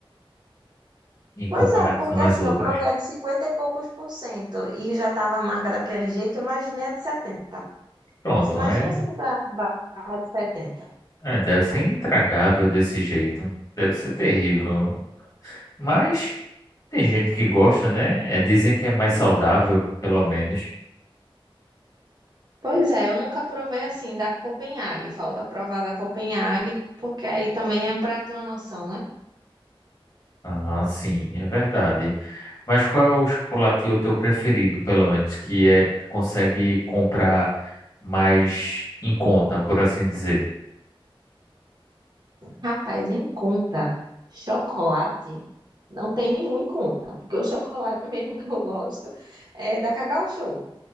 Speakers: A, on the left; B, on the right.
A: em comparação
B: Pois é, porque
A: às
B: assim,
A: outras.
B: eu provei a de 50 e poucos por cento e já estava a marca daquele jeito, eu imaginei a de setenta
A: Pronto,
B: Se imagina
A: é,
B: você comprar a barra de setenta
A: é, deve ser intragável desse jeito, deve ser terrível. Mas tem gente que gosta, né? É, dizem que é mais saudável, pelo menos.
B: Pois é, eu nunca provei assim da Copenhague. Falta provar da Copenhague, porque aí também é para ter uma noção, né?
A: Ah, sim, é verdade. Mas qual é o chocolate o teu preferido, pelo menos, que é consegue comprar mais em conta, por assim dizer?
B: Rapaz, em conta, chocolate não tem nenhum em conta, porque o chocolate mesmo que eu gosto é da Cacau Show.